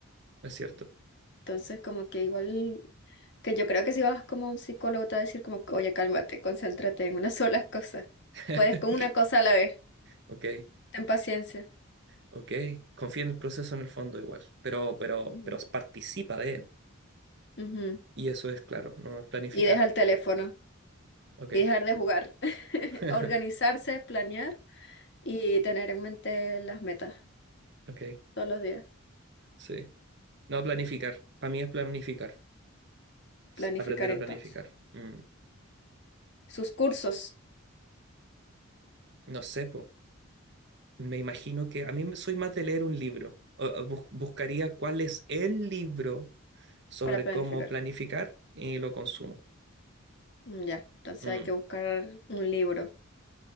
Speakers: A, on the right (about 55°); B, on the left (about 55°).
A: es cierto.
B: Entonces, como que igual. Que yo creo que si vas como a un psicólogo te va a decir como, que, oye, cálmate, concéntrate en una sola cosa.
A: <laughs>
B: Puedes con una cosa a la vez.
A: Ok,
B: Ten paciencia.
A: ok. Confía en el proceso en el fondo igual, pero, pero,
B: Ujú,
A: pero participa de él.
B: ujú.
A: Y eso es claro, no es planificar.
B: Y deja el teléfono
A: Ok,
B: y dejar de jugar. <laughs>
A: <laughs>
B: Organizarse, planear y tener en mente las metas
A: ok,
B: todos los días.
A: sí. No, planificar. Para mí es planificar. es
B: Planificar
A: Aprender a
B: entonces.
A: planificar. Mm,
B: Sus cursos
A: No sé, po. Me imagino que a mí me- soy más de leer un libro. O- o bus- buscaría cuál es el libro sobre
B: para planificar.
A: cómo planificar y lo consumo.
B: Mm, Ya, entonces
A: Mm.
B: hay que buscar un libro.